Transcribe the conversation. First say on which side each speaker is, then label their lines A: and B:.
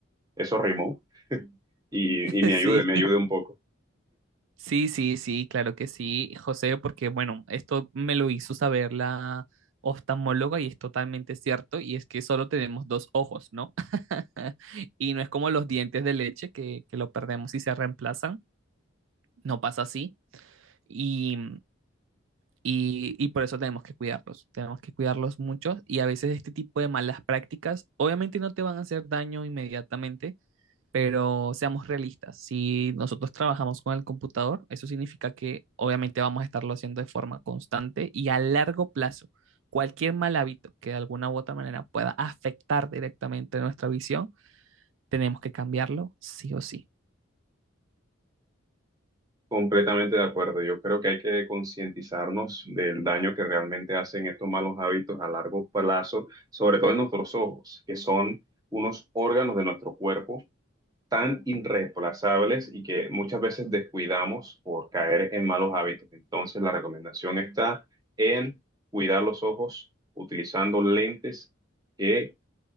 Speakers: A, on the right; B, on the right.
A: Eso rimó y,
B: <laughs>
A: y me
B: sí.
A: ayude, me ayude un poco.
B: Sí, sí, sí, claro que sí, José, porque bueno, esto me lo hizo saber la oftalmóloga y es totalmente cierto, y es que solo tenemos dos ojos, ¿no? <laughs> Y no es como los dientes de leche que, que lo perdemos y se reemplazan, no pasa así, y, y, y por eso tenemos que cuidarlos, tenemos que cuidarlos mucho, y a veces este tipo de malas prácticas obviamente no te van a hacer daño inmediatamente, pero seamos realistas, si nosotros trabajamos con el computador, eso significa que obviamente vamos a estarlo haciendo de forma constante y a largo plazo. Cualquier mal hábito que de alguna u otra manera pueda afectar directamente nuestra visión, tenemos que cambiarlo sí o sí.
A: Completamente de acuerdo. Yo creo que hay que concientizarnos del daño que realmente hacen estos malos hábitos a largo plazo, sobre todo en nuestros ojos, que son unos órganos de nuestro cuerpo tan irreemplazables y que muchas veces descuidamos por caer en malos hábitos. Entonces, la recomendación está en cuidar los ojos utilizando lentes que